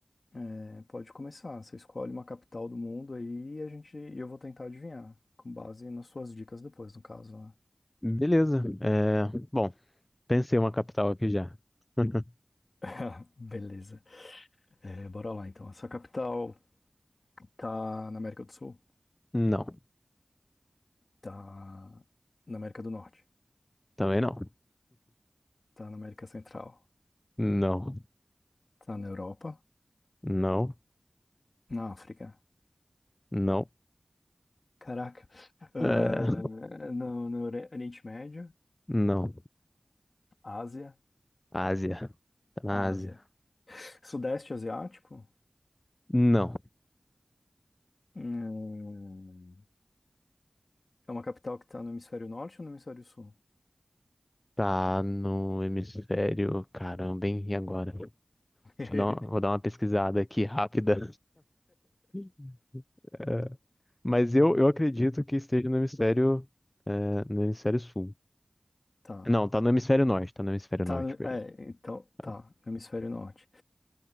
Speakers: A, on the left; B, on the left.
A: é, pode começar. Você escolhe uma capital do mundo aí e a gente, e eu vou tentar adivinhar, com base nas suas dicas depois, no caso, né?
B: Beleza. É, bom, pensei uma capital aqui já. <laughs>
A: <laughs> Beleza. É, bora lá, então. Essa capital tá na América do Sul?
B: Não,
A: Tá na América do Norte?
B: também não.
A: Tá na América Central?
B: Não,
A: Tá na Europa?
B: não,
A: Na África?
B: não.
A: Caraca. Ah,
B: É,
A: no, no Ori- Oriente Médio,
B: não.
A: Ásia,
B: Ásia. Tá na
A: Ásia.
B: Ásia.
A: Sudeste Asiático,
B: Não.
A: hum, é uma capital que está no hemisfério norte ou no hemisfério sul?
B: Tá no hemisfério. Caramba, hein? E agora? Deixa
A: <laughs>
B: eu dar uma, vou dar uma pesquisada aqui rápida. <laughs> É, mas eu, eu acredito que esteja no hemisfério, é, no hemisfério sul.
A: Tá.
B: Não, tá no hemisfério norte, tá no hemisfério
A: Tá,
B: norte,
A: no-
B: perdão.
A: é, então,
B: Tá.
A: tá, no hemisfério norte.